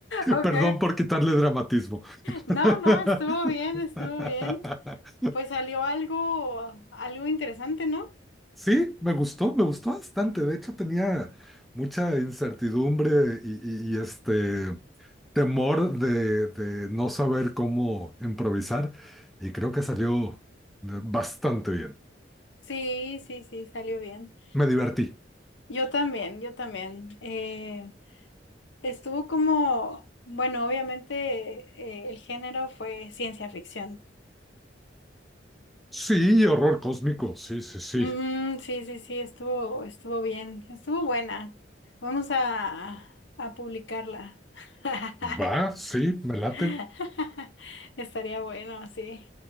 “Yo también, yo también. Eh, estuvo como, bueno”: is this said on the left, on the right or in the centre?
Left